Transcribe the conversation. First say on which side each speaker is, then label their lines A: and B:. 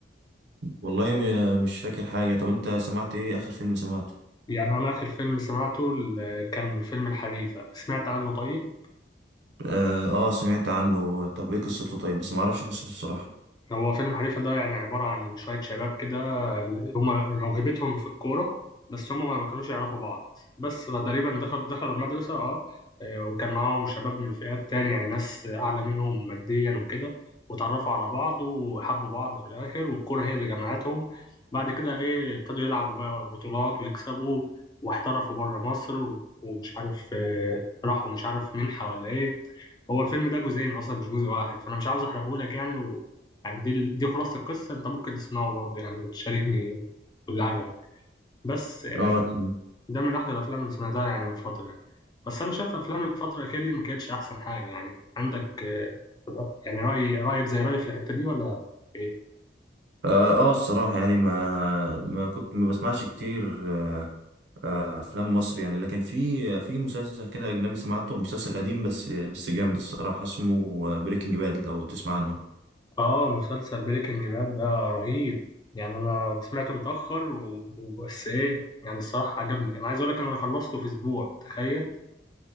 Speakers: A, on the right; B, on the left.
A: والله م- مش فاكر حاجة طب انت سمعت ايه اخر فيلم سمعته
B: يعني انا اخر فيلم سمعته ال- كان فيلم الحريفه سمعت عنه طيب
A: اه, آه سمعت عنه طب ايه قصته طيب بس ما اعرفش قصته الصراحة
B: هو فيلم حريفة ده يعني عبارة عن شوية شباب كده هم موهبتهم في الكورة بس هم ما ما كانوش يعرفوا بعض بس فتقريبا دخل دخلوا المدرسة اه آه، وكان معاهم شباب من فئات تانية يعني ناس أعلى منهم ماديا وكده وتعرفوا على بعض وحبوا بعض في الآخر والكورة هي اللي جمعتهم بعد كده إيه ابتدوا يلعبوا بقى بطولات ويكسبوا واحترفوا بره مصر و- ومش عارف آه، راحوا مش عارف منحة ولا إيه هو الفيلم ده جزئين اصلا مش جزء واحد فانا مش عاوز احرقهولك يعني يعني دي دي خلاصة القصة أنت ممكن تسمعه برضه يعني وتشاركني باللي عجبك بس يعني
A: اه ت-
B: ده من أحلى الأفلام اللي سمعتها يعني من فترة يعني بس أنا شايف أفلام الفترة الأخيرة دي ما كانتش أحسن حاجة يعني عندك آه، يعني رأي رأيك زي رأيي في الحتة دي ولا إيه؟
A: اه, آه الصراحة يعني ما ما كنت ما بسمعش كتير آه آه افلام مصر يعني لكن في في مسلسل كده اجنبي سمعته مسلسل قديم بس بس جامد الصراحة اسمه بريكنج باد لو تسمع عنه
B: آه مسلسل بريكنج باد ده رهيب يعني أنا سمعته متأخر و- وبس إيه يعني الصراحة عجبني أنا عايز أقول لك إن أنا خلصته في أسبوع تخيل